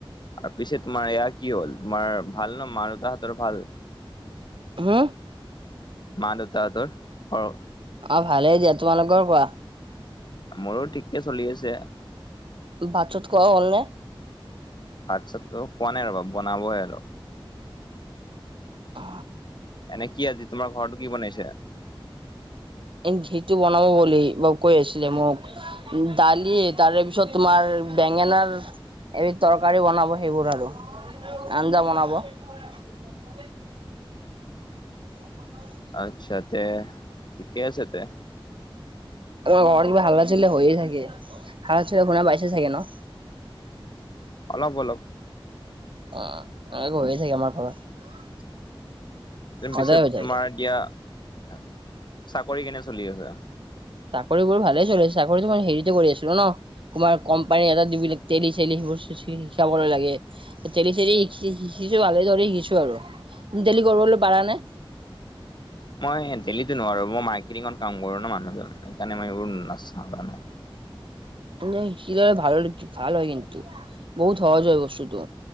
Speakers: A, on the left; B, on the right.
A: আৰু পিছে তোমাৰ এয়া কি হ'ল তোমাৰ ভাল ন মা দেউতাহতৰ ভাল?
B: হম?
A: মা দেউতাহঁতৰ অৰ
B: অ, ভালে দিয়া। তোমালোকৰ কোৱা?
A: মোৰো ঠিকে চলি আছে।
B: তো ভাত চত খোৱা হ'ল নে?
A: ভাত চাত ত খোৱা নাই ৰবা বনাবহে অলপ।
B: আ
A: এনে কি আজি তোমাৰ ঘৰটো কি বনাইছে?
B: এন সেইটো বনাব বুলি বাও কৈ আছিলে মোক। দালি তাৰে পিছত তোমাৰ বেঙেনাৰ এবিধ তৰকাৰী বনাব সেইবোৰ আৰু আঞ্জা বনাব। <unintelligible> <unintelligible>
A: আচ্ছা তে ঠিকেই আছে তে
B: আৰু ঘৰ কিবা হাল্লা চিল্লা হৈয়ে থাকে, হাল্লা চিল্লা শুনা পাইছে চাগে থাকে ন।
A: অলপ অলপ।
B: অ, এনেকে হৈয়ে থাকে আমাৰ ঘৰত। সদায়
A: পিছত
B: হৈ
A: তোমাৰ
B: থাকে
A: এতিয়া চাকৰি কেনে চলি আছে।
B: চাকৰি কৰি ভালেই চলিছে চাকৰিটো হেৰিতে কৰি আছোঁ ন। তোমাৰ কম্পানী এটা দি বুলিক তেলি চেলি সেইবোৰ চি চি শিকাব লাগে। তেলি চেলি শিকি শিকিছো ভালে দৰে শিকিছো আৰু ডেইলি কৰিবলৈ পাৰা নাই।
A: মই দেল্লিতো নোৱাৰো মই মাৰ্কেটিঙত কাম কৰো ন মানুহজন সেইকাৰণে মইবোৰ নাচাও তানে।
B: মানে শিকি লয় ভাল ভাল হয় কিন্তু। বহুত সহজ হয় বস্তুতটো